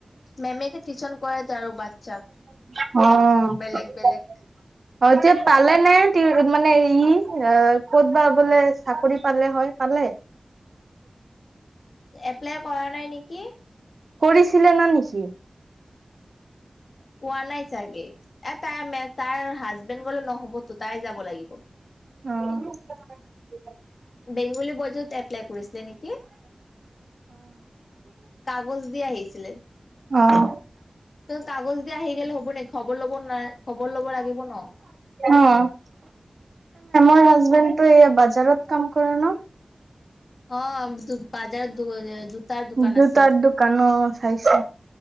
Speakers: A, on the left (about 80°); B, on the right (about 80°).
A: মেমেতে টিউচন কৰাইত আৰু বাচ্ছাক।
B: অ'।
A: বেলেগ বেলেগ
B: অ', এতিয়া পালে নে মানে ই ক'ত বা বোলে চাকৰি পালে হয়, পালে।
A: এপ্লাই কৰা নাই নেকি।
B: কৰিছিলে না নেকি।
A: কোৱা নাই চাগে এটা মে তাই হাজবেণ্ড গলে নহ'ব তো তাই যাব লাগিব।
B: অ'।
A: বেংগলী বজাৰত এপ্লাই কৰিছিলে, নেকি। কাগজ দি আহিছিলে।
B: অ'।
A: কাগজ দি আহি গ'লে হ'ব নেকি খবৰ লব ন, খবৰ ল'ব লাগিব ন।
B: অ'। তমাৰ হাজবেণ্ড টো এই বাজাৰত কাম কৰে ন।
A: অ', ‌‌ বাজাৰত জোতাৰ দোকান
B: জোতাৰ
A: আছে
B: দোকান চাইিছে।